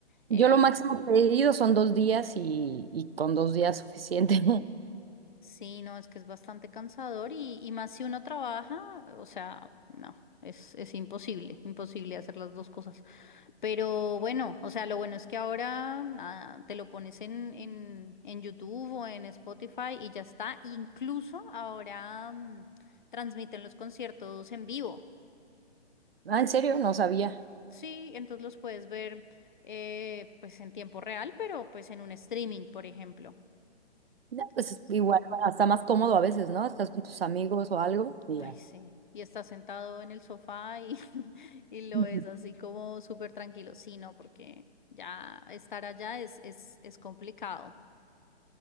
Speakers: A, on the right (about 60°); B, on the left (about 45°).
A: Yo
B: Eh,
A: lo máximo que he ido son dos días y, y con dos días suficiente. <laughs>
B: sí, no, es que es bastante cansador y, y más si uno trabaja, o sea, no, es, es imposible, imposible hacer las dos cosas. Pero bueno, o sea, lo bueno es que ahora nada, te lo pones en, en, en YouTube o en Spotify y ya está. Incluso ahora mm, transmiten los conciertos en vivo.
A: Ah, ¿en serio? No sabía.
B: Sí, entonces los puedes ver eh, pues en tiempo real, pero pues en un streaming, por ejemplo.
A: No,
B: Entonces,
A: pues igual, bueno, está más cómodo a veces, ¿no? Estás con tus amigos o algo y
B: ay,
A: ya.
B: sí. Y estás sentado en el sofá y, <laughs> y lo
A: Ujú.
B: ves así como súper tranquilo. Sí, no, porque ya estar allá es, es, es complicado.